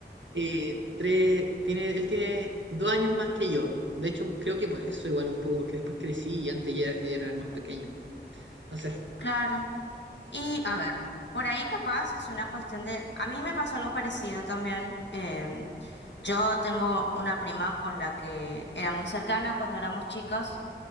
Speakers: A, on the right; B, on the left.
A: Eh, tres, tiene, él tiene dos años más que yo. De hecho, creo que por eso igual un poco, porque después crecí y antes ya era el más pequeño. No sé.
B: Claro. Y a ver, por ahí capaz es una cuestión de, a mí me pasó algo parecido también. em, yo tengo una prima con la que era muy cercana cuando éramos chicas.